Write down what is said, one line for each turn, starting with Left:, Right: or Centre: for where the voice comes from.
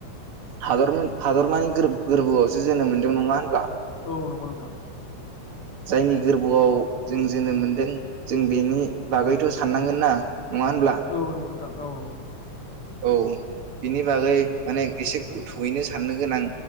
Right: हादर हादरमानि गोरबोआवसो जोनोम मोनदों नङा होनब्ला?
Left: औ नंगौ नोंथां।
Right: जायनि गोरबोआव जों जोनोम मोनदों जों बेनि बागैथ' साननांगोन ना? नङा होनब्ला?
Left: औ नंगौ औ नगौ नगौ।
Right: औ बिनि बागै माने एसे गोथौयैनो साननो गोनां